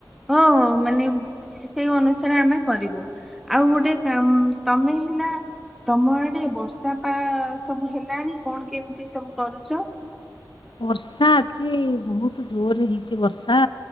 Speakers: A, in the centre; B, on the left.
A: ହ ମାନେ ସେଇ ଅନୁସାରେ ଆମେ କରିବୁ। ଆଉ ଗୋଟେ କାମ ତମେ ହେଲା ତମ ଆଡେ ବର୍ଷା ପା ସବୁ ହେଲାଣି କଣ କେମିତି ସବୁ କରୁଛ?
B: ବର୍ଷା ଅଛି ବହୁତ ଜୋରରେ ହେଇଛି ବର୍ଷା।